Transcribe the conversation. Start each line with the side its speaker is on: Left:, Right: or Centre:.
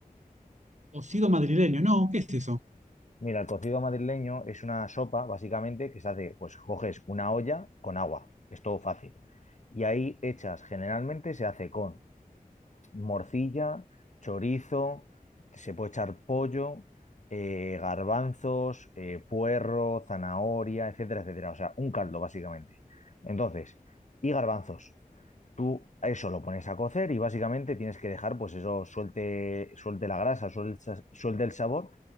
Right: Cocido madrileño, no, ¿qué es eso?
Left: Mira, el cocido madrileño es una sopa, básicamente, que se hace, pues coges una olla con agua, es todo fácil. Y ahí echas, generalmente se hace con morcilla, chorizo, se puede echar pollo, eh, garbanzos, eh, puerro, zanahoria, etcétera, etcétera. O sea, un caldo, básicamente. Entonces, y garbanzos. Tú eso lo pones a cocer y básicamente tienes que dejar, pues eso suelte, suelte la grasa, suelte, suelte el sabor